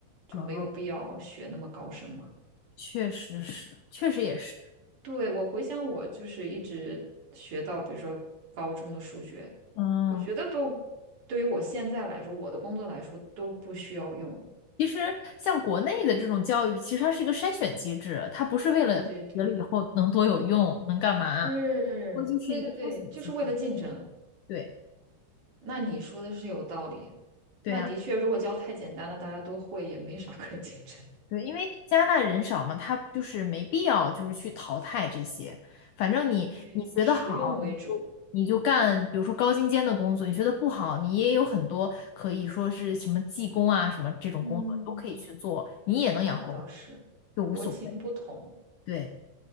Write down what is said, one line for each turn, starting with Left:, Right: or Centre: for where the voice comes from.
Right: 就没有必要学那么高深嘛。
Left: 哦，确实是，确实也是，
Right: 对，我回想我就是一直学到，比如说高中的数学，
Left: 嗯，
Right: 我觉得都对于我现在来说，我的工作来说都不需要用。
Left: 其实像国内的这种教育，其实它是一个筛选机制，它不是为了学了以后能多有用，
Right: 对对对，
Left: 能干嘛，
Right: 是，
Left: 它就是一个筛选机制。
Right: 对对对，就是为了竞争。
Left: 对，
Right: 那你说的是有道理。
Left: 对呀。
Right: 那的确，如果教太简单了，大家都会，也没啥 <laughs> 可竞争。
Left: 对，因为加拿大人少嘛，他就是没必要就是去淘汰这些，反正你你学得好，
Right: 对，实用为主。
Left: 你就你就干，比如说高精尖的工作，你学得不好，你也有很多可以说是什么技工啊什么这种工作都可以去做，
Right: 嗯，
Left: 你也能养活，
Right: 那倒是，
Left: 就无所谓。
Right: 国情不同。
Left: 对，